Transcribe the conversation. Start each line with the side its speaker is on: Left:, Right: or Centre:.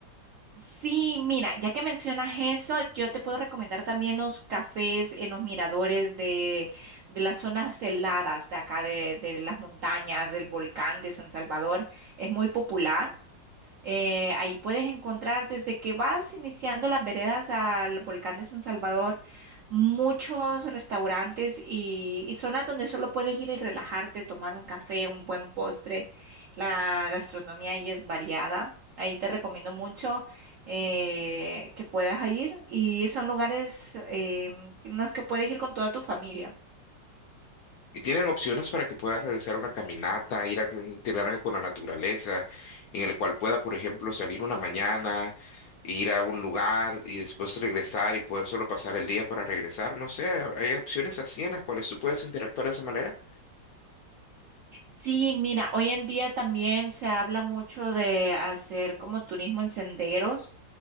Right: sí, mira, ya que mencionas eso, yo te puedo recomendar también los cafés en los miradores de, de las zonas heladas de acá, de, de las montañas, del volcán de San Salvador. Es muy popular. Eh, ahí puedes encontrar desde que vas iniciando las veredas al volcán de San Salvador, muchos restaurantes y, y zonas donde solo puedes ir y relajarte, tomar un café, un buen postre. La gastronomía ahí es variada. Ahí te recomiendo mucho eh, que puedas ir y son lugares em, en los que puedes ir con toda tu familia.
Left: Y tienen opciones para que puedas realizar una caminata, ir a integrarme con la naturaleza, en el cual pueda, por ejemplo, salir una mañana ir a un lugar y después regresar y poder solo pasar el día para regresar. No sé, ha- hay opciones así en las cuales tú puedes interactuar de esa manera.
Right: Sí, mira, hoy en día también se habla mucho de hacer como turismo en senderos.